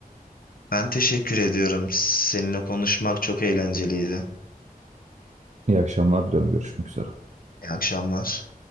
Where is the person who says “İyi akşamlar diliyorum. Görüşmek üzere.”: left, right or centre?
Right